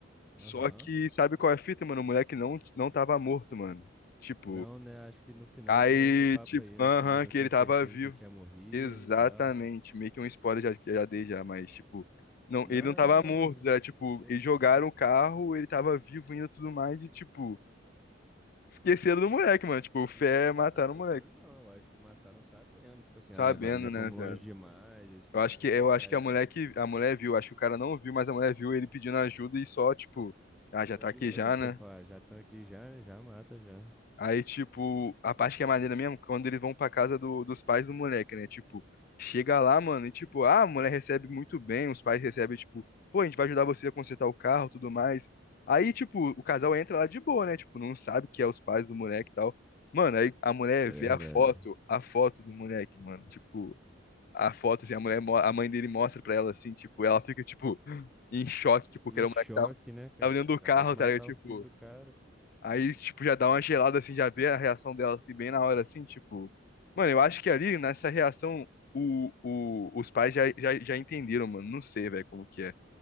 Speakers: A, in the centre; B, on the left.
A: Aham.
B: Só que, sabe qual é a fita, mano? O moleque não, não tava morto, mano. Tipo,
A: Não, né? Acho que no final
B: aí,
A: rolou esse papo
B: tipo,
A: aí,
B: aham,
A: né? Que eles não
B: que
A: tinham
B: ele tava
A: certeza
B: vivo.
A: se ele tinha morrido
B: Exatamente.
A: e tal.
B: Meio que um spoiler já, já dei já, mas, tipo. Não,
A: Não,
B: ele não tava
A: é, não,
B: morto,
A: mas.
B: era tipo,
A: lem-
B: eles jogaram
A: Lembro.
B: o carro, ele tava vivo ainda e tudo mais, e tipo, Esqueceram
A: Caraca,
B: do moleque, mano. Tipo,
A: simplesmente.
B: o fé mataram
A: Não, esqueceram
B: o moleque.
A: não. Eu acho que mataram sabendo. Tipo assim, ah,
B: Sabendo,
A: agora já
B: né,
A: fomos
B: velho?
A: longe demais. Esse cara
B: Eu acho
A: vai
B: que,
A: denunciar
B: eu acho que
A: a
B: a
A: gente.
B: mulher que, a mulher viu, acho que o cara não viu, mas a mulher viu ele pedindo ajuda e só, tipo, ah, já
A: Só
B: tá
A: ignorou,
B: aqui já,
A: pô.
B: né?
A: Você fala, ah, já estão aqui já, né? Já mata já.
B: Aí, tipo, a parte que é maneira mesmo, quando eles vão pra casa do- dos pais do moleque, né? Tipo, chega lá, mano, e tipo, ah, a mulher recebe muito bem, os pais recebem, tipo, pô, a gente vai ajudar você a consertar o carro, tudo mais. Aí, tipo, o casal entra lá de boa, né? Tipo, não sabe que é os pais do moleque e tal. Mano, aí a mulher
A: É
B: vê
A: verdade.
B: a foto, a foto do moleque, mano. Tipo, a foto, assim, a mulher, mo- a mãe dele mostra pra ela, assim, tipo, ela fica, tipo, <gasps> em choque, tipo,
A: Em
B: que era
A: choque,
B: o moleque que tava,
A: né, cara?
B: tava dentro
A: Pô, acabou
B: do carro,
A: de matar
B: tá ligado? Tipo.
A: o filho do cara, pô.
B: Aí, tipo, já dá uma gelada, assim, já vê a reação dela, assim, bem na hora, assim, tipo... Mano, eu acho que ali, nessa reação, o, o, os pais já, já, já entenderam, mano. Não sei, velho, como que é.